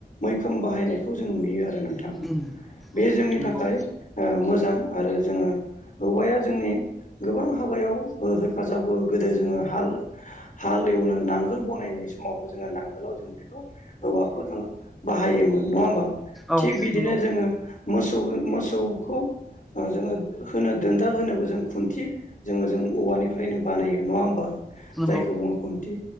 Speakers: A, on the left; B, in the centre.
A: मैखोम बाहायनायखौ जों नुयो आरो नोंथां
B: उम
A: बे जोंनि
B: नंगौ
A: थाखाय मोजां आरो जोङो औवाया जोंनि गोबां हाबायाव हेफाजाब होयो गोदो जोङो हाल हालेवनो नांगोल बानायनाय समावबो जोङो नांगोलाव जों बेखौ हौवाखौ जोङो बाहायोमोन नङा होमबा
B: औ
A: थिग बिदिनो
B: नंगौ
A: जोङो मोसौ मोसौखौ जोङो होनो दोनदाल होनोबो जों खुन्थि जोङो जों औवानिफ्रायनो बानायो नङा होमबा
B: नंगौ
A: जायखौ बुङो खुन्थि